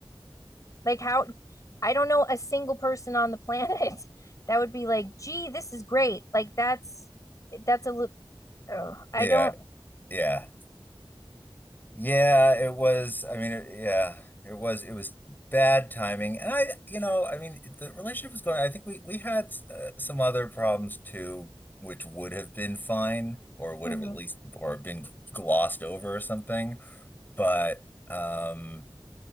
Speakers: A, on the left; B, on the left.
A: Like how I don't know a single person on the planet <laughs> that would be like, "Gee, this is great." Like that's that's a lit- oh, I
B: Yeah,
A: don't
B: yeah. Yeah, it was. I mean, it, yeah, it was. It was bad timing, and I, you know, I mean, the relationship was going. I think we we had uh, some other problems too, which would have been fine, or would
A: mhm.
B: have at least, or been glossed over or something. But um,